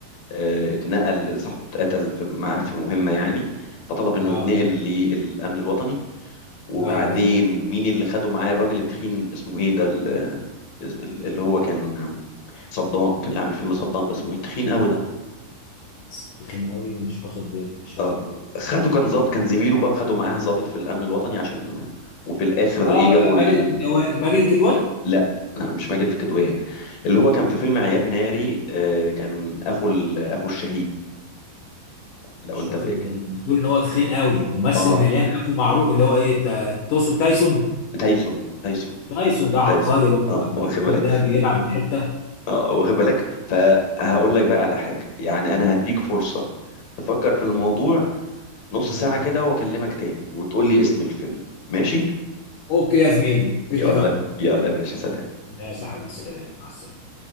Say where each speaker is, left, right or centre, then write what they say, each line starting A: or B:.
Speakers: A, on the left; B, on the left.
A: آه اتنقل صاحبه اتقتل في معاه في مهمه يعني فطلب انه
B: اه
A: يتنقل للامن الوطني وبعدين
B: ايوه ايوه
A: مين اللي خده معاه الراجل التخين اسمه ايه ده ال- ال- اللي هو كان صدام كان اللي عامل فيلم صدام ده اسمه ايه التخين قوي ده
B: بس تخين قوي مش واخد بالي مش واخد
A: آه،
B: بالي
A: خده كان ظابط كان زميله بقى خده معاه ظابط في الامن الوطني عشان وفي الاخر
B: اه
A: ايه جابوا
B: ماجد
A: ال...
B: الكدواني ماجد الكدواني
A: لا لا مش ماجد الكدواني اللي هو كان في فيلم عيار ناري آه، كان اخو ال... اخو الشهيد لو
B: مش
A: انت
B: واخد
A: فاكر
B: بالي انت بتقول ان هو تخين قوي ممثل
A: اه
B: مليان قوي ومعروف اللي هو ايه تا- تقصد تايسون
A: تايسون تايسون
B: تايسون ده عبقري
A: تايسون
B: برضه
A: اه
B: الواد ده
A: واخد بالك
B: الواد ده بيلعب من حته
A: اه واخد بالك فهقول لك بقى على حاجة يعني انا هديك فرصة تفكر في الموضوع نص
B: مم.
A: ساعة كده واكلمك تاني وتقول لي اسم الفيلم ماشي
B: اوكي يا زميلي
A: يلا
B: اتفقنا
A: يلا يا باشا سلام
B: ماشي يا حبيبي سلام مع السلامه